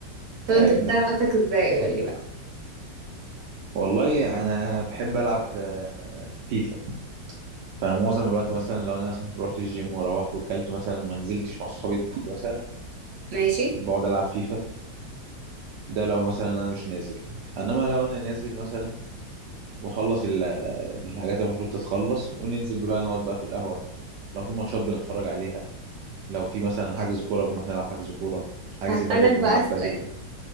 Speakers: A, on the right; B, on the right.
A: طب انت
B: ايوه
A: بتضيع
B: فاهم
A: وقتك ازاي قولي بقى
B: والله انا بحب العب آه، فيفا فانا معظم الوقت مثلا لو انا مثلا رحت الجيم وروحت وكلت مثلا وما نزلتش مع اصحابي تحت مثلا
A: ماشي
B: بقعد العب فيفا ده لو مثلا انا مش نازل انما لو انا نازل مثلا واخلص ال- الحاجات اللي المفروض تتخلص وننزل بقى نقعد بقى في القهوه لو في ماتشات بنتفرج عليها لو في مثلا حجز كوره بنروح نلعب حجز كوره حجز
A: هسألك
B: بدل بنلعب
A: بقى سؤال
B: بدل